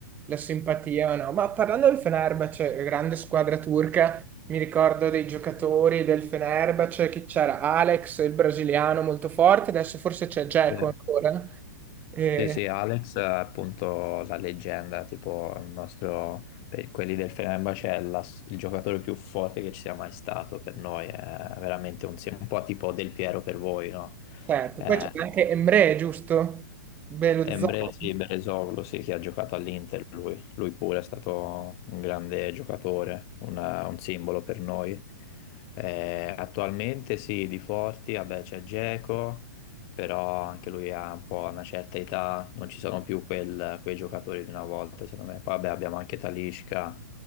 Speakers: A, on the right; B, on the left.
A: la simpatia, o no? Ma parlando del Fenerbahce, grande squadra turca, mi ricordo dei giocatori del Fenerbahce, che c'era Alex, il brasiliano molto forte, adesso forse c'è Dzeko
B: Sì.
A: ancora. Eh,
B: Sì, sì, Alex è appunto la leggenda, tipo il nostro, per quelli del Fenerbahce, è la- il giocatore più forte che ci sia mai stato per noi, è veramente un, sim- un po' tipo Del Piero per voi, no?
A: certo,
B: Eh,
A: poi c'è anche Emre, giusto? Bello
B: Embre,
A: Belözoğlu.
B: sì, Beresoglu, sì, che ha giocato all'Inter, lui. Lui pure è stato un grande giocatore, una- un simbolo per noi. Eh, attualmente sì, di forti, vabbè, c'è Dzeko, però anche lui ha un po' una certa età, non ci sono più quel- quei giocatori di una volta, secondo me. Poi vabbè, abbiamo anche Talisca,